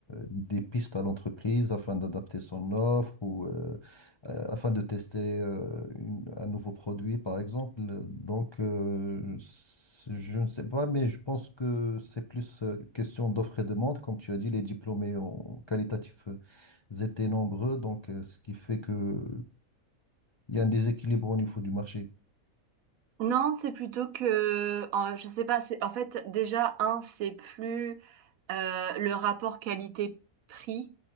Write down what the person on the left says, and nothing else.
des pistes à l'entreprise afin d'adapter son offre ou euh, euh, afin de tester euh, une- un nouveau produit par exemple. Donc euh, c'est- je ne sais pas, mais je pense que c'est plus euh, question d'offre et demande, comme tu as dit, les diplômés en qualitatif étaient nombreux, donc euh, ce qui fait que il y a un déséquilibre au niveau du marché.